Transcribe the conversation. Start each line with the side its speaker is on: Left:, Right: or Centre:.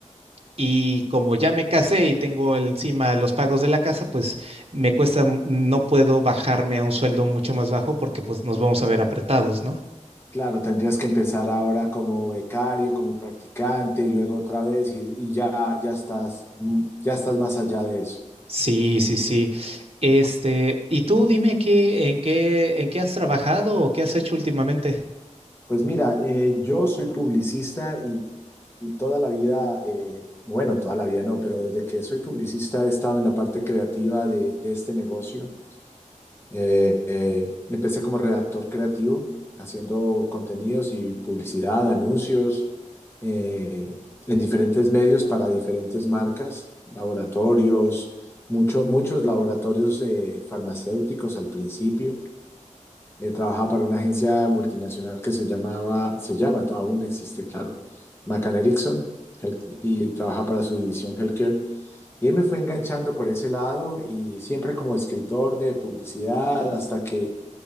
Right: Y como ya me casé y tengo encima los pagos de la casa, pues me cuesta, m- no puedo bajarme a un sueldo mucho más bajo porque pues nos vamos a ver apretados, ¿no?
Left: claro, tendrías que empezar ahora como becario, como practicante y luego otra vez y, y ya, ya estás, mm, ya estás más allá de eso.
Right: Sí, sí, sí. Este, y tú dime qué, en qué, en qué has trabajado o qué has hecho últimamente.
Left: Pues mira, eh, yo soy publicista Y toda la vida, eh, bueno, toda la vida no, pero desde que soy publicista he estado en la parte creativa de, de este negocio. Eh, eh, empecé como redactor creativo, haciendo contenidos y publicidad, anuncios, eh, en diferentes medios para diferentes marcas, laboratorios, mucho- muchos laboratorios eh, farmacéuticos al principio eh, trabajaba para una agencia multinacional que se llamaba, se llama, to- aún existe, claro, McCann Erickson, Health- y trabajaba para su división Healthcare. Y él me fue enganchando por ese lado y siempre como escritor de publicidad, hasta que